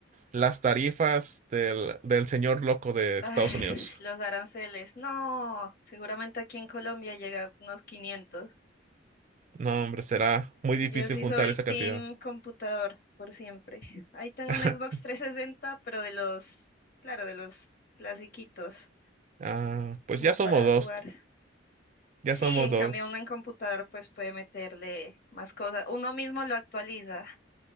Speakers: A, on the right; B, on the left.
A: las tarifas del, del señor loco de Estados
B: Ay,
A: Unidos.
B: los aranceles, no, seguramente aquí en Colombia llega a unos 500.
A: No, hombre, será muy
B: Yo
A: difícil
B: sí
A: juntar
B: soy
A: esa cantidad.
B: team computador por siempre. Ahí tengo
A: <laughs>
B: un Xbox 360, pero de los, claro, de los clasiquitos,
A: Ah, pues
B: como
A: ya somos
B: para
A: dos,
B: jugar.
A: ya
B: Sí,
A: somos
B: en
A: dos.
B: cambio uno en computador pues puede meterle más cosas. Uno mismo lo actualiza.